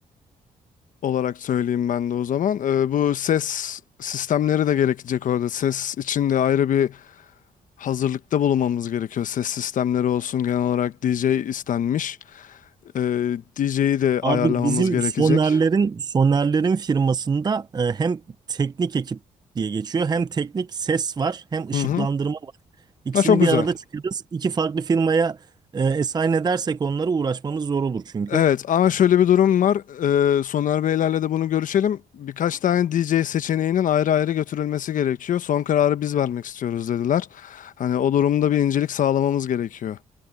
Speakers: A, on the left; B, on the right.
A: olarak söyleyeyim ben de o zaman. Ee, bu ses sistemleri de gerekecek orada. Ses için de ayrı bir hazırlıkta bulunmamız gerekiyor. Ses sistemleri olsun genel olarak DJ istenmiş. Ee, DJ'yi de
B: Abi
A: ayarlamamız
B: bizim
A: gerekecek.
B: Soner'lerin Soner'lerin firmasında e, hem teknik ekip diye geçiyor hem teknik ses var hem ışıklandırma
A: Hı hı.
B: var. İkisini
A: Ha, çok güzel.
B: bir arada çıkarız. İki farklı firmaya e, assign edersek onlara uğraşmamız zor olur çünkü.
A: Evet ama şöyle bir durum var. Ee, Soner Beylerle de bunu görüşelim. Birkaç tane DJ seçeneğinin ayrı ayrı götürülmesi gerekiyor. Son kararı biz vermek istiyoruz dediler. Hani o durumda bir incelik sağlamamız gerekiyor.